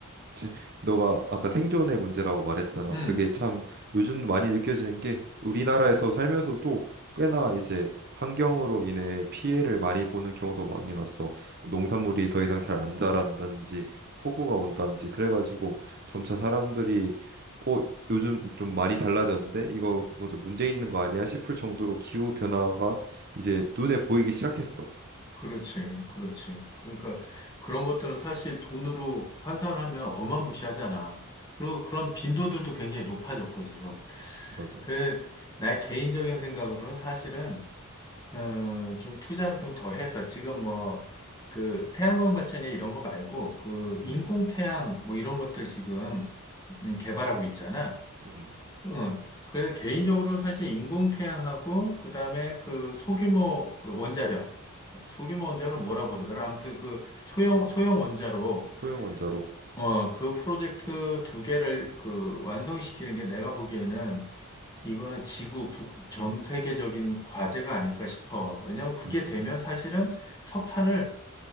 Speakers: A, on the right (about 45°); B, on the left (about 15°).
A: 지- 너가 아까 생존의 문제라고 말했잖아.
B: 음.
A: 그게 참 요즘 많이 느껴지는 게 우리나라에서 살면서도 꽤나 이제 환경으로 인해 피해를 많이 보는 경우도 많이 봤어. 뭐 농산물이 더 이상 잘 안 자란다든지 폭우가 온다든지 그래가지고 점차 사람들이 어 요즘 좀 많이 달라졌는데 이거 뭐 좀 문제 있는 거 아니야 싶을 정도로 기후 변화가 이제 눈에 보이기 시작했어.
B: 그렇지, 그렇지. 그러니까 그런 것들은 사실 돈으로 환산하면 어마무시하잖아. 그리고 그런 빈도들도 굉장히 높아졌고, 지금.
A: 맞아,
B: 그,
A: 맞아.
B: 나의 개인적인 생각으로는 사실은, 어, 좀 투자를 좀 더 해서 지금 뭐, 그 태양광 발전이나 이런 거 말고, 그 인공태양
A: 음,
B: 뭐 이런 것들 지금 음, 개발하고 있잖아.
A: 음. 음.
B: 응. 그래서 개인적으로는 사실 인공태양하고 그다음에 그 소규모 그 원자력 소규모 원자력 뭐라 부르더라 아무튼 그 소형 소형 원자로
A: 소형 원자로.
B: 어 그 프로젝트 두 개를 그 완성시키는 게 내가 보기에는 이거는 지구 국, 전 세계적인 과제가 아닐까 싶어. 왜냐하면 그게
A: 음,
B: 되면 사실은 석탄을